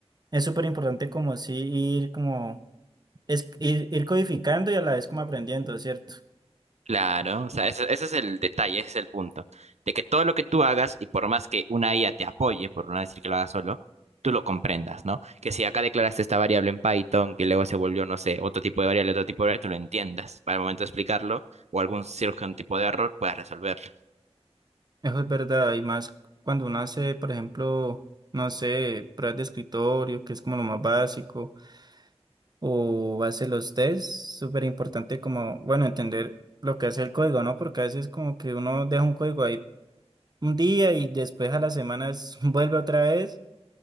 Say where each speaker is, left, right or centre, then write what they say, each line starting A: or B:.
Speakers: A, on the right (about 40°); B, on the right (about 85°).
A: es súper importante como sí ir como, es, ir, ir codificando y a la vez como aprendiendo, ¿cierto?
B: Claro, o sea, ese, ese es el detalle, ese es el punto, de que todo lo que tú hagas, y por más que una IA te apoye, por no decir que lo hagas solo, tú lo comprendas, ¿no? Que si acá declaraste esta variable en Python, que luego se volvió, no sé, otro tipo de variable, otro tipo de variable, tú lo entiendas para el momento de explicarlo, o algún cierto tipo de error, puedas resolverlo.
A: Eso es verdad, y más cuando uno hace, por ejemplo, no sé, pruebas de escritorio, que es como lo más básico, o hace los tests, súper importante como, bueno, entender lo que hace el código, ¿no? Porque a veces como que uno deja un código ahí un día y después a las semanas <laughs> vuelve otra vez